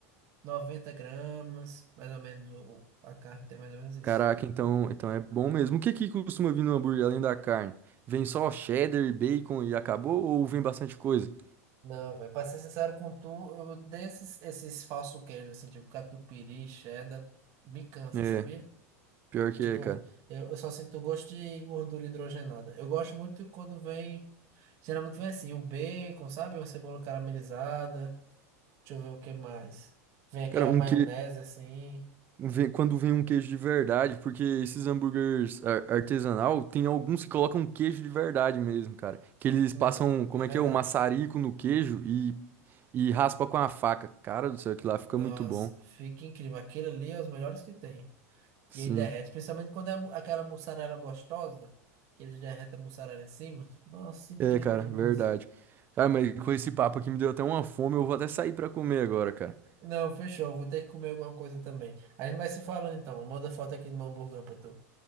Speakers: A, on the right; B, on the right.
A: 90 gramas, mais ou menos, o, o- a carne tem mais ou menos isso.
B: Caraca, então, então é bom mesmo. O que que costuma vir no hambúrguer além da carne? Vem só cheddar, bacon e acabou? Ou vem bastante coisa?
A: Não, velho, pra ser sincero com tu, eu odeio esses, esses falsos queijos, assim, tipo catupiry, cheddar, me cansa,
B: É,
A: sabia?
B: pior que
A: Tipo,
B: é, cara.
A: eu, eu só sinto gosto de gordura hidrogenada. Eu gosto muito quando vem Geralmente vem assim, um bacon, sabe? Uma cebola caramelizada. Deixa eu ver o que mais. Vem aquela
B: Cara, um
A: maionese
B: que...
A: assim.
B: vem- quando vem um queijo de verdade, porque esses hambúrgueres ar- artesanal, tem alguns que colocam queijo de verdade mesmo, cara. Que eles
A: Não,
B: passam, como
A: é
B: é
A: verdade.
B: que é, o maçarico no queijo e, e raspa com a faca. Cara do céu, aquilo lá fica
A: Nossa,
B: muito bom.
A: fica incrível. Aquilo ali é os melhores que tem.
B: Sim.
A: E aí derrete, principalmente quando é a mu- aquela mussarela gostosa, que ele derrete a mussarela em cima. Nossa, incrível
B: É, cara,
A: demais.
B: verdade. Cara, mas com esse papo aqui me deu até uma fome, eu vou até sair pra comer agora, cara.
A: Não, fechou. Vou ter que comer alguma coisa também. A gente vai se falando então. Manda foto aqui do meu hamburgão pra tu.